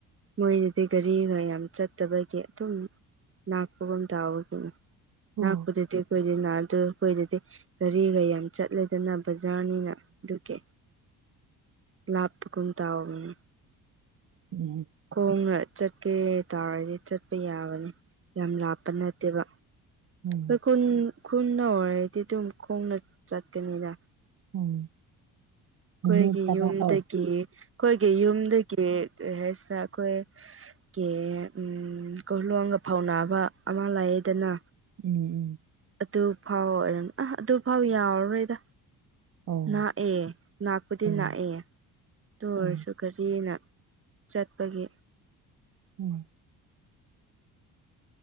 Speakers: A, on the right; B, on the right.
A: ꯃꯣꯏꯗꯤ ꯒꯥꯔꯤꯅ ꯌꯥꯝ ꯆꯠꯇꯕꯒꯤ ꯑꯗꯨꯝ ꯂꯥꯛꯄꯒ ꯇꯥꯕꯒꯅꯤ
B: ꯎꯝ
A: ꯅꯥꯛꯄꯗꯗꯤ ꯑꯩꯈꯣꯏꯗꯤ ꯅꯥꯗ ꯑꯩꯈꯣꯏꯗꯗꯤ ꯒꯥꯔꯤꯒ ꯌꯥꯝ ꯆꯠꯂꯦꯗꯅ ꯕꯖꯥꯔꯅꯤꯅ ꯑꯗꯨꯀꯦ ꯂꯥꯞꯄꯒꯨꯝ ꯇꯥꯎꯒꯅꯤ
B: ꯎꯝ
A: ꯈꯣꯡꯅ ꯆꯠꯀꯦ ꯇꯥꯔꯗꯤ ꯆꯠꯄ ꯌꯥꯕꯅꯤ ꯌꯥꯝ ꯂꯥꯞꯄ ꯅꯠꯇꯦꯕ
B: ꯎꯝ
A: ꯑꯩꯈꯣꯏ ꯈꯨꯟ ꯈꯨꯟꯅ ꯑꯣꯏꯔꯗꯤ ꯑꯗꯨꯝ ꯈꯣꯡꯅ ꯆꯠꯀꯅꯤꯗ
B: ꯎꯝ
A: ꯑꯩꯈꯣꯏꯒꯤ
B: ꯅꯨꯃꯤꯠ ꯇꯔꯥ
A: ꯌꯨꯝꯗꯒꯤ
B: ꯑꯣ
A: ꯑꯩꯈꯣꯏꯒꯤ ꯌꯨꯝꯗꯒꯤ ꯀꯔꯤ ꯍꯥꯏꯁꯤꯔꯥ ꯑꯩꯈꯣꯏ ꯀꯦ ꯎ ꯀꯣꯂꯣꯡꯒ ꯐꯥꯎꯅꯕ ꯑꯃ ꯂꯥꯛꯑꯗꯅ
B: ꯎꯝ ꯎꯝ
A: ꯑꯗꯨꯐꯥꯎ ꯑꯣꯏꯔꯝ ꯑꯥ ꯑꯗꯨꯐꯥꯎ ꯌꯥꯎꯔꯔꯣꯏꯗ
B: ꯑꯣ
A: ꯂꯥꯛꯑꯦ ꯉꯥꯛꯄꯗꯤ
B: ꯑꯣ
A: ꯂꯥꯛꯑꯦ ꯇꯨꯔꯁꯨ
B: ꯑꯣ ꯑꯣ
A: ꯀꯔꯤꯅ ꯆꯠꯄꯒꯤ
B: ꯎꯝ